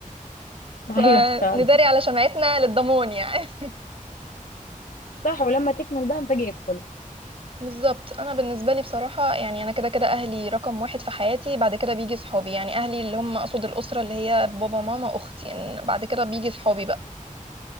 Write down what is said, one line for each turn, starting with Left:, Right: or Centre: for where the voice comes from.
Left: <laughs>
Right: فنداري
Left: ايوه فعلا
Right: على شمعتنا للضمان يعني <laughs>
Left: صح ولما تكمل بقى نفاجئ الكل
Right: بالظبط انا بالنسبه لي بصراحه يعني انا كده كده اهلي رقم واحد في حياتي بعد كده بيجي صحابي يعني اهلي اللي هم اقصد الاسره اللي هي بابا ماما اختي إن بعد كده بيجي صحابي بقى